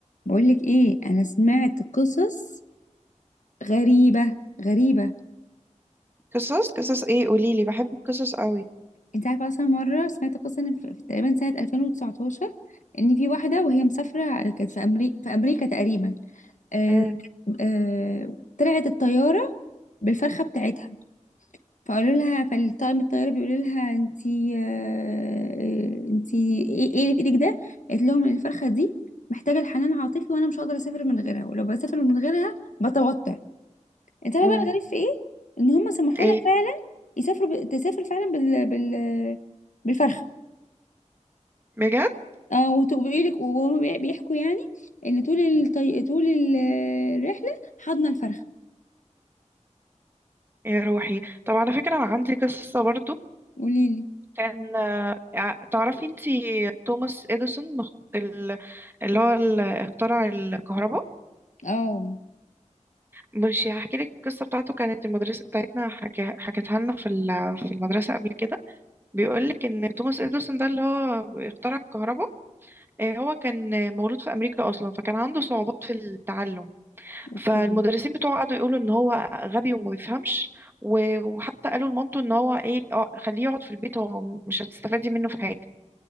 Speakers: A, on the left (about 80°); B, on the right (about 15°).
A: بقولك ايه انا سمعت قصص غريبة غريبة
B: قصص قصص ايه قوليلي بحب القصص قوي
A: انت عارفة اصلا مرة سمعت قصة إن في في تقريبا سنة 2019 ان في واحدة وهي مسافرة كانت في امريكا في امريكا تقريبا آه
B: امم
A: آه طلعت الطيارة بالفرخة بتاعتها فقالوا لها فالطاقم الطيارة بيقول لها انتي آه انتي ايه ايه اللي في ايدك ده قالت لهم إن الفرخة دي محتاجة الحنان عاطفي وانا مش هقدر اسافر من غيرها ولو بسافر من غيرها بتوتر انت عارفه
B: امم
A: بقى الغريب في ايه ان هم سمحوا
B: ايه
A: لها فعلا يسافروا ب... تسافر فعلا بال... بال... بالفرخه
B: بجد
A: اه وتقولي لك وهم بي- بيحكوا يعني ان طول الطي... طول ال- الرحله حضنا الفرخه
B: يا روحي طب على فكرة انا عندي قصة برضو
A: قولي لي
B: كان آه، ع- تعرفي انتي توماس اديسون مخ- ال- اللي هو ال- اخترع الكهرباء
A: اه
B: مش هحكي لك القصة بتاعته كانت المدرسة بتاعتنا حكا- حكتها لنا في ال- في المدرسة قبل كده بيقول لك ان توماس اديسون ده اللي هو اخترع الكهرباء آه، هو كان مولود في امريكا اصلا فكان عنده صعوبات في التعلم
A: اوكي
B: فالمدرسين بتوعه قعدوا يقولوا ان هو غبي وما بيفهمش و- وحتى قالوا لمامته ان هو ايه اه خليه يقعد في البيت هو مش هتستفادي منه في حاجه